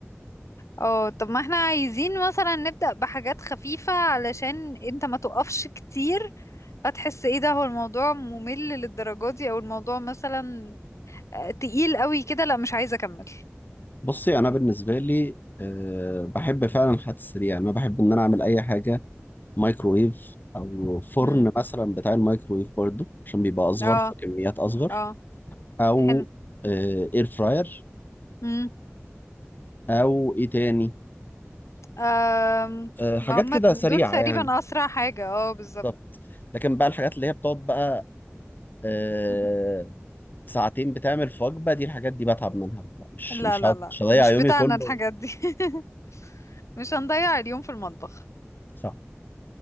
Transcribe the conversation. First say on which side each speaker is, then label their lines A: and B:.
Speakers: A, on the left; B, on the left.
A: اه طب ما احنا عايزين مثلا نبدأ بحاجات خفيفة علشان انت ما تقفش كتير فتحس ايه ده هو الموضوع ممل للدرجة دي او الموضوع مثلا آه، تقيل قوي كده لا مش عايزة اكمل
B: بصي انا بالنسبه لي أه بحب فعلا الحاجات السريعه انا بحب ان انا اعمل اي حاجه مايكرويف او فرن
A: مم.
B: مثلا بتاع المايكرويف برضو عشان بيبقى اصغر
A: اه
B: فكميات اصغر
A: اه
B: او
A: حلو
B: اير فراير
A: مم.
B: او ايه تاني
A: آم،
B: آه، حاجات
A: ما هم
B: كده سريعه
A: دول تقريبا
B: يعني
A: اسرع حاجة اه بالظبط
B: بالظبط لكن بقى الحاجات اللي هي بتقعد بقى آه،
A: <laughs>
B: ساعتين بتعمل في وجبه دي الحاجات دي بتعب منها بقى. مش
A: لا
B: مش
A: لا
B: هقعد-
A: لا
B: مش هضيع
A: مش
B: يومي
A: بتاعنا
B: كله
A: الحاجات دي <laughs> مش هنضيع اليوم في المطبخ
B: صح